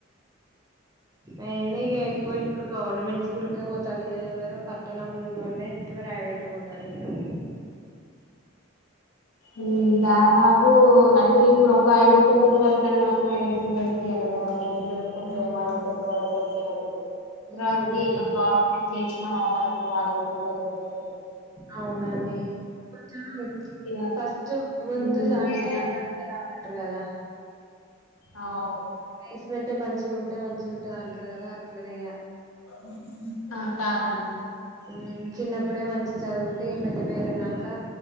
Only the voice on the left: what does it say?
ఉమ్ దాదాపు అంటే ఇప్పుడు ఒక ఐదో తరగతి వరకు అన్నా ప్రైవేట్ లో జరిపియాలి కదా అండి పిల్లలకి కొంచెం
వాళ్ళ తెలివి వాళ్ళకి వచ్చే వరకు
ఇక గవర్నమెంట్లు వేసినా వాళ్లంతాట వాళ్లే చదువుకుంటారు
ఇగ
ఉన్నందుకైనా
అవును
ఉమ్ ఆ తాగండి